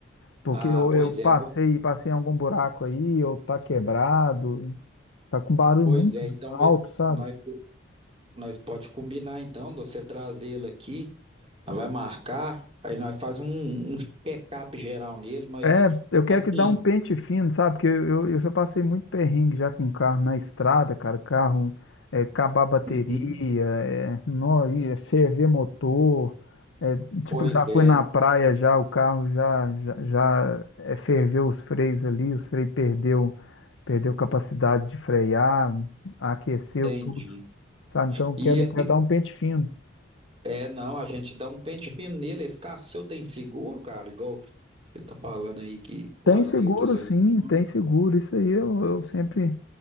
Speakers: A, on the left; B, on the right.
A: Porque
B: Ah,
A: eu,
B: pois
A: eu passei,
B: é, co-
A: passei em algum buraco aí, ou tá quebrado, tá com barulho
B: pois
A: muito
B: é. Então,
A: alto,
B: mas
A: sabe?
B: nós, nós pode combinar, então, de você trazer ele aqui, nós vai marcar, aí nós faz um, um check-up geral nele, mas
A: É, eu quero
B: assim,
A: que dá um pente fino, sabe? Porque eu, eu, eu já passei muito perrengue já com carro na estrada, cara. Carro é, acabar a bateria,
B: uhum,
A: é, nó, e é ferver motor. É, tipo,
B: pois
A: já
B: é,
A: foi na praia já, o carro já, já, já é, ferveu os freios ali, os freios perdeu, perdeu capacidade de frear, aqueceu
B: entendi.
A: tudo. sabe? Então eu
B: E
A: quero,
B: esse
A: quero dar um pente fino.
B: É, não, a gente dá um pente fino nele. Esse carro seu tem seguro, cara? Igual você tá falando aí que vai
A: Tem seguro,
B: 1.200
A: sim,
B: quilômetros.
A: tem seguro. Isso aí eu, eu sempre,